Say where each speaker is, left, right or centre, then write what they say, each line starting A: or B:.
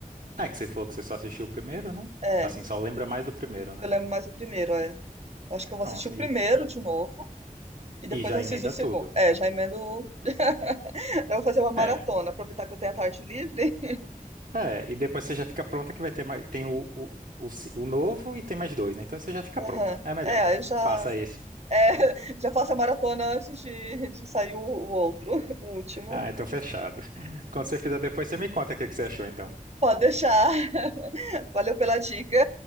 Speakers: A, on the right; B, on the right.
A: Ah, é que você falou que você só assistiu o primeiro, né?
B: É,
A: Assim, só lembra mais do primeiro, né?
B: eu lembro mais o primeiro, é. Eu Acho que eu vou
A: Pronto,
B: assistir o primeiro
A: e,
B: de novo e depois
A: e já
B: eu
A: emenda
B: assisto o segundo.
A: tudo.
B: É, já emendo. o- <laughs> Eu vou fazer uma maratona,
A: É,
B: aproveitar que eu tenho a tarde livre.
A: É, e depois você já fica pronta que vai ter mais, tem o, o, o, ci- o novo e tem mais dois, né? Então você já fica
B: <laughs>
A: pronta.
B: Aham.
A: É melhor.
B: É, aí eu já,
A: Faça isso.
B: é, <laughs> já faço a maratona antes de, de sair o o outro, <laughs> o último.
A: Ah, então fechado. <laughs> Quando você fizer depois, você me conta o que que você achou, então.
B: Pode deixar. Valeu pela dica.